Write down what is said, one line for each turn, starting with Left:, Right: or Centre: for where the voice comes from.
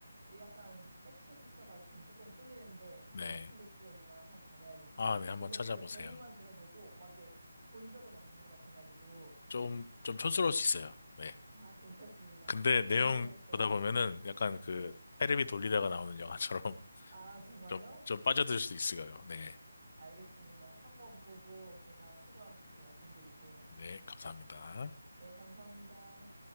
Right: 예. 약간, 백투더퓨처가 전 조금 끌리는데, 한번
Left: 네.
Right: 넷플릭스에 있나 한번 봐봐야겠어요.
Left: 아, 네. 한번
Right: 저도
Left: 찾아보세요.
Right: 그 제목만 들어보고, 막 이렇게 본 적은 없는 것 같아가지고,
Left: 좀, 좀 촌스러울 수 있어요. 네.
Right: 아, 괜찮습니다.
Left: 근데 내용
Right: 오늘, 예.
Left: 보다 보면은 약간 그
Right: 네.
Left: 테레비 돌리다가 나오는 영화처럼 <laughs>
Right: 아, 정말요?
Left: 좀, 좀 빠져들 수 있어요. 네.
Right: 알겠습니다. 한번 보고 제가 소감 다시 말씀드릴게요.
Left: 네. 감사합니다.
Right: 네, 감사합니다.